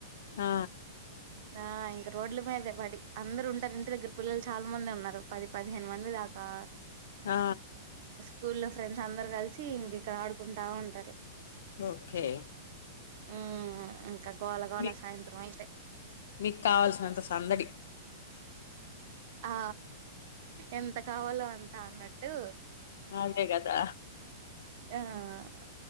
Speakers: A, on the left; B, on the right.
A: ఆ
B: ద ఇంకా రోడ్ల మీద బడి అందరు ఉంటారు ఇంటి దగ్గర పిల్లలు చాలా మంది ఉన్నారు పది పదిహేను మంది దాకా
A: ఆ
B: స్కూలో ఫ్రెండ్స్ అందరు కలిసి ఇంక ఇక్కడ ఆడుకుంటా ఉంటారు
A: ఓకే
B: మ్మ్ ఇంకా గోల గోల
A: మీ
B: సాయంత్రం అయితే
A: మీకు కావాల్సినంత సందడి
B: ఆ ఎంత కావాలో అంత తాన్నట్టు
A: హాలిడే కదా
B: ఆ